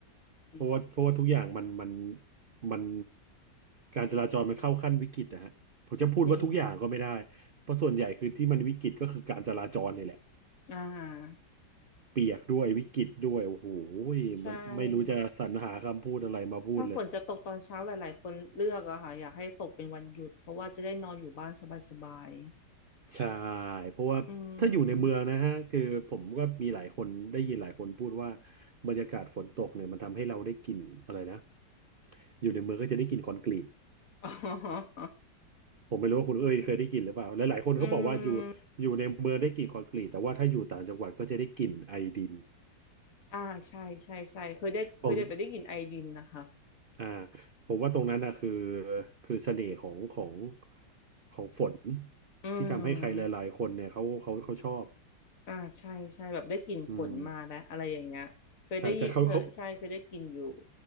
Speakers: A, on the right (about 80°); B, on the left (about 50°).
A: เพราะว่าเพราะว่าทุกอย่างมันมัน
B: ม
A: มันการจราจรมันเข้าขั้นวิกฤตนะฮะผมจะพูดว่าทุกอย่างก็ไม่ได้
B: จริง
A: เพราะส่วนใหญ่คือที่มันวิกฤตก็คือการจราจรนี่แหละ
B: อ่า
A: เปียกด้วยวิกฤตด้วยโอ้โห
B: ใช่
A: มันไม่รู้จะสรรหาคำพูดอะไรมาพูดเลย
B: ถ้าฝนจะตกตอนเช้าหลายๆคนเลือกอะค่ะอยากให้ตกเป็นวันหยุดเพราะว่าจะได้นอนอยู่บ้านสบาย
A: ใช่เพราะว่าถ้าอยู่ในเมืองนะฮะคือผมก็มีหลายคนได้ยินหลายคนพูดว่า
B: ๆ อืม
A: บรรยากาศฝนตกเนี่ยมันทำให้เราได้กลิ่นอะไรนะอยู่ในเมืองก็จะได้กลิ่นคอนกรีต
B: <laughs> อ๋อ
A: ผมไม่รู้ว่าคุณเอ้ยเคยได้กลิ่นหรือเปล่าและหลายคนเขาบอกว่าอยู่
B: อืม
A: อยู่ในเมืองได้กลิ่นคอนกรีตแต่ว่าถ้าอยู่ต่างจังหวัดก็จะได้กลิ่นไอดิน
B: อ่าใช่ใช่ใช่เคยได้เคยได้แต่ได้กลิ่นไอดินนะคะ
A: ผมอ่าผมว่าตรงนั้นนะคือคือเสน่ห์ของของของฝน
B: อืม
A: ที่ทำให้ใครหลายๆคนเนี่ยเขาเขาเขาชอบ
B: อ่าใช่ใช่แบบได้กลิ่นฝนมาแล้วอะไรอย่างเงี้ยเคยได้ยิเธอใช่เคยได้กลิ่นอยู่
A: อืมใช่ใช่เขาเขา